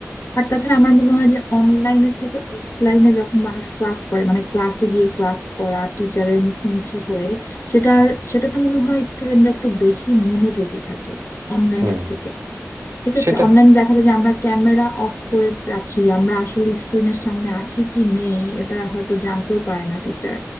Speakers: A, on the left; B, on the right.
A: আর তাছাড়া আমার মনে হয় যে অনলাইনের থেকে অফলাইনে যখন মানুষ ক্লাস করে মানে ক্লাসে গিয়ে ক্লাস করা টিচারের মুখোমুখি হয়ে সেটার
B: হুম
A: সেটাতে মনে হয় স্টুডেন্টরা একটু বেশি মনোযোগী থাকে অনলাইনের
B: হুম
A: থেকে ঠিক
B: সেটা
A: আছে অনলাইনে দেখা যায় যে আমরা ক্যামেরা অফ করে রাখি আমরা আসলে স্ক্রিনের সামনে আছি কি নেই এটা হয়তো জানতেও পারে না টিচার